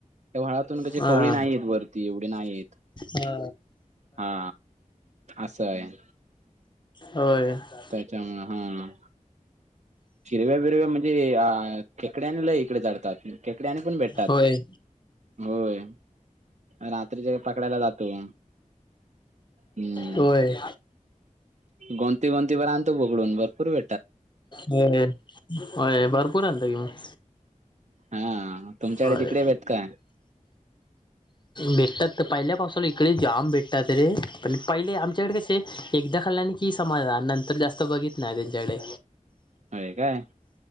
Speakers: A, on the right (about 60°); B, on the left (about 35°).
A: त्या व्हाळातून कसे
B: हा
A: खवळी नाहीत येत वरती, एवढी नाहीत येत.
B: हा
A: हा. असं हाय.
B: होय. <unintelligible>
A: त्याच्यामुळे हा, हिरव्या बिरव्या म्हणजे आ खेकडे आणि लय इकडे चढतात. खेकडे आणि पण भेटतात.
B: होय
A: होय. रात्रीचे पकडायला जातो. हम्म
B: व्हय.
A: गोंती गोंती भर <unintelligible>
B: होय होय, भरपूर आलत कि मग
A: हा तुमच्याकडे
B: होय.
A: तिकडे भेट काय
B: भेटतात तर पहिल्या पावसाला इकडे जाम भेटतात रे. पण पहिले आमच्याकडे कसे, एकदा खाल्ल्याने की समाधान, नंतर जास्त बघित नाय त्यांच्याकडे.
A: होय काय